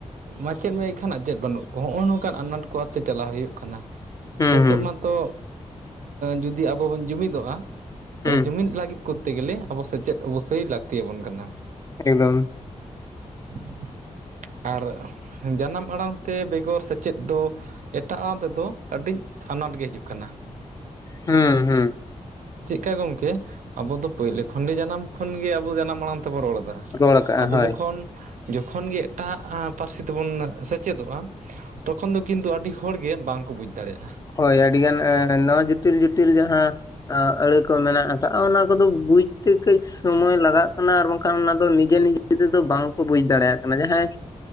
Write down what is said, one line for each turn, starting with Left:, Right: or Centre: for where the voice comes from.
Right: ᱢᱟᱪᱮᱫ ᱢᱮᱱᱟᱜ ᱠᱷᱟᱱ ᱟᱨ ᱟᱪᱮᱫ ᱵᱟᱹᱱᱩᱜ ᱠᱚᱣᱟ ᱦᱚᱸᱜᱼᱚ ᱱᱚᱝᱠᱟᱱ ᱟᱱᱟᱴ ᱠᱚ ᱟᱛᱮ ᱪᱟᱞᱟᱣ ᱦᱩᱭᱩᱜ ᱠᱟᱱᱟ᱾
Left: ᱦᱩᱸ
Right: ᱱᱤᱛᱳᱜ
Left: ᱦᱩᱸ
Right: ᱢᱟᱛᱚ ᱡᱩᱫᱤ ᱟᱵᱚ ᱵᱚᱱ ᱡᱩᱢᱤᱫᱚᱜᱼᱟ ᱛᱟᱦᱚᱞᱮ
Left: ᱦᱩᱸ
Right: ᱡᱩᱢᱤᱫ ᱞᱟᱹᱜᱤᱫ ᱠᱚᱨᱛᱮ ᱜᱮᱞᱮ ᱟᱵᱚ ᱥᱮᱪᱮᱫ ᱚᱵᱚᱥᱥᱳᱭ ᱞᱟᱹᱠᱛᱤᱭᱟᱵᱚᱱ ᱠᱟᱱᱟᱺ
Left: ᱮᱠᱫᱚᱢ
Right: <inaudible> ᱟᱨ ᱡᱟᱱᱟᱢ ᱟᱲᱟᱝ ᱛᱮ ᱵᱮᱜᱚᱨ ᱥᱮᱪᱮᱫ ᱫᱚ ᱮᱴᱟᱜ ᱟᱲᱟᱝ ᱛᱮᱫᱚ ᱟᱹᱰᱤ ᱟᱱᱟᱴ ᱜᱮ ᱦᱤᱡᱩᱜ ᱠᱟᱱᱟ᱾
Left: ᱦᱩᱸ ᱦᱩᱸ
Right: ᱪᱮᱜᱠᱟ ᱜᱚᱝᱠᱮ ᱟᱵᱚ ᱫᱚ ᱯᱳᱭᱞᱳ ᱠᱷᱚᱱ ᱜᱮ ᱡᱟᱱᱟᱢ ᱠᱷᱚᱱ ᱜᱮ ᱟᱵᱚ ᱡᱟᱱᱟᱢ ᱟᱲᱟᱝ ᱛᱮᱵᱚᱱ ᱨᱚᱲ ᱫᱟ
Left: ᱨᱚᱲ ᱠᱟᱜᱼᱟ
Right: ᱟᱫᱚ
Left: ᱦᱳᱭ
Right: ᱡᱚᱠᱷᱚᱱ ᱡᱚᱠᱷᱚᱱ ᱜᱮ ᱮᱴᱟᱜ ᱯᱟᱹᱨᱥᱤ ᱛᱮᱵᱚᱱ ᱥᱮ ᱪᱮᱫᱚᱜᱼᱟ ᱛᱚᱠᱷᱚᱱ ᱫᱚ ᱠᱤᱱᱛᱩ ᱟᱹᱰᱤ ᱦᱚᱲᱜᱮ ᱵᱟᱝᱠᱚ ᱵᱩᱡᱽ ᱫᱟᱲᱮᱭᱟᱜᱼᱟ᱾
Left: ᱦᱳᱭ ᱟᱹᱰᱤ ᱜᱟᱱ ᱱᱟᱣᱟ ᱡᱩᱴᱤᱞ ᱡᱩᱴᱤᱞ ᱡᱟᱦᱟᱸ ᱟᱹᱲᱟᱹ ᱠᱚ ᱢᱮᱱᱟᱜ ᱟᱠᱟᱜᱼᱟ ᱚᱱᱟ ᱠᱚᱫᱚ ᱵᱩᱡᱽ ᱛᱮ ᱠᱟᱹᱡ ᱥᱚᱢᱚᱭ ᱞᱟᱜᱟᱜ ᱠᱟᱱᱟ ᱟᱨ ᱵᱟᱝᱠᱷᱟᱱ ᱚᱱᱟ ᱫᱚ ᱱᱤᱡᱮ ᱱᱤᱡᱮ ᱛᱮᱫᱚ ᱵᱟᱝ ᱠᱚ ᱵᱩᱡᱽ ᱫᱟᱲᱮᱭᱟᱜ ᱠᱟᱱᱟ ᱡᱟᱦᱟᱸᱭ